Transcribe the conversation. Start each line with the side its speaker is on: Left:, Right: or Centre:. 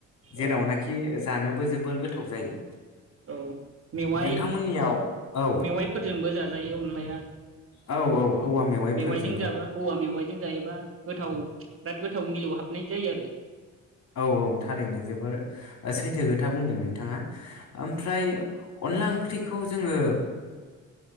Left: जेरावनाखि
Right: औ
Left: जानोबो जोब जोबोर गोथाव जायो
Right: औ मेवाइ
Left: नोंथांमोननियाव औ
Right: मेवाइफोरजोंबो जा जायो अनलाया
Left: औ औ औवा मेवाइफोरजोंबो
Right: मेवाइजों जाबा औवा मेवाइजों जायोबा गोथाव बिराद गोथाव मिलौ हाबनाय जायो आरो
Left: औ औ थारैनो जोबोर
Right: औ
Left: सैथो खोथा बुंदों नोंथाङा ओमफ्राय अनला ओंख्रिखौ जोङो